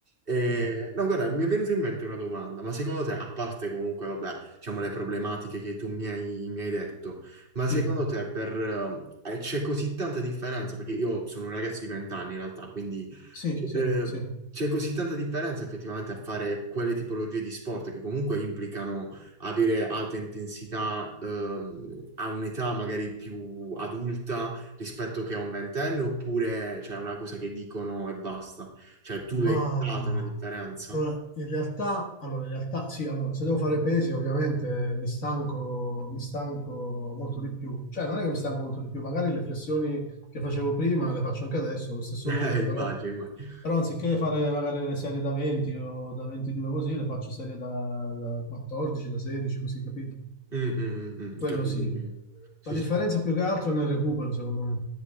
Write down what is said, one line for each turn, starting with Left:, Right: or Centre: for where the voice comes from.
Right: Eh,
Left: Mm.
Right: no, guarda, mi è venuta in mente una domanda, ma secondo te, a parte comunque, vabbè, diciamo le problematiche che tu mi hai, mi hai detto, ma
Left: sì,
Right: secondo te per, ehm, eh, c'è così tanta differenza? Perché io sono un ragazzo di 20 anni in realtà, quindi
Left: sì, sì,
Right: eh,
Left: sì.
Right: c'è così tanta differenza effettivamente a fare quelle tipologie di sport che comunque implicano avere alta intensità ehm, a un'età magari più adulta rispetto che a un ventenne, oppure c'è una cosa che dicono e basta? Cioè tu
Left: Ma
Right: l'hai notata una differenza?
Left: allora, in realtà, allora, in realtà sì, allora, se devo fare pesi ovviamente eh, mi stanco, mi stanco molto di più. Cioè non è che mi stanco molto di più, magari le flessioni che facevo prima le faccio anche adesso, lo stesso
Right: <laughs> Eh,
Left: numero,
Right: immagino,
Left: però,
Right: immagino.
Left: però anziché fare magari le serie da 20 o da 22 così, le faccio serie da, da 14, da 16, così, capito?
Right: Mm, mm, mm, mm,
Left: Quello
Right: capito.
Left: sì.
Right: capito. Sì,
Left: La differenza
Right: sì.
Left: più che altro è nel recupero, secondo me.